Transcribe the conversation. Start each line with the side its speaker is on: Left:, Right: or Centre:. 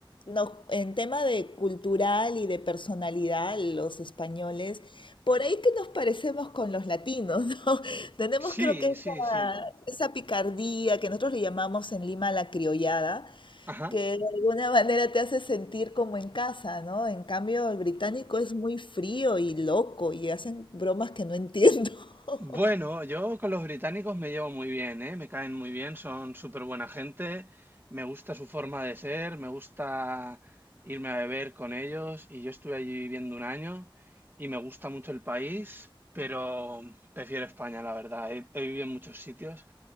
Left: no, en tema de cultural y de personalidad, los españoles, por ahí que nos parecemos con los latinos, ¿no? <laughs> Tenemos
Right: Sí,
Left: creo que esa,
Right: sí, sí.
Left: esa picardía que nosotros le llamamos en Lima la criollada,
Right: Ajá.
Left: que de alguna manera te hace sentir como en casa, ¿no? En cambio, el británico es muy frío y loco y hacen bromas que no entiendo. <laughs>
Right: Bueno, yo con los británicos me llevo muy bien, ¿eh? Me caen muy bien, son súper buena gente, me gusta su forma de ser, me gusta irme a beber con ellos y yo estuve allí viviendo un año y me gusta mucho el país, pero prefiero España, la verdad. He, he vivido en muchos sitios